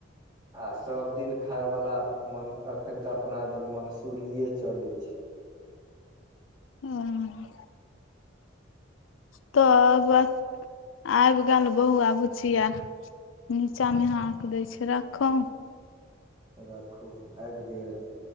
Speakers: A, on the right; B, on the left.
A: आ सब दिन खाय वाला मन अखन ते अपना जन मंसूरीे चले।
B: हुं त ब- - आबि गेल बहुआ बुची आर- - नीचा मे हाक दय छै राखो- -
A: राखू आबि गेल।